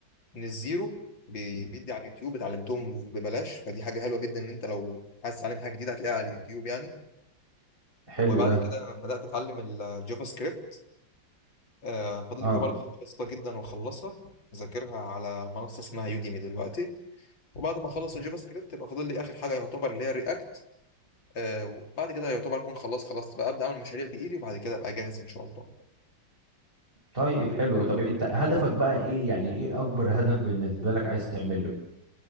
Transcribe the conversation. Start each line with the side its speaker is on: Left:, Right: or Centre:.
Left: من الزيرو بي- بيدي على اليوتيوب اتعلمتهم ببلاش فدي حاجة حلوة جدا ان انت لو عايز تتعلم حاجة جديدة هتلاقيها على اليوتيوب يعني
Right: حلو
Left: وبعد
Right: ده
Left: كده بدأت اتعلم الجافا سكريبت آه، فاضل
Right: اه
Left: لي فيها برضه حاجة بسيطة جدا واخلصها بذاكرها على منصة اسمها يوديمي دلوقتي وبعد ما اخلص الجافا سكريبت يبقى فاضل لي اخر حاجة يعتبر اللي هي رياكت آه، وبعد كده يعتبر اكون خلاص خلاص بقى ابدا اعمل مشاريع بايدي وبعد كده ابقى جاهز ان شاء الله
Right: طيب حلو طب انت هدفك بقى ايه يعني ايه اكبر هدف بالنسبة لك عايز تعمله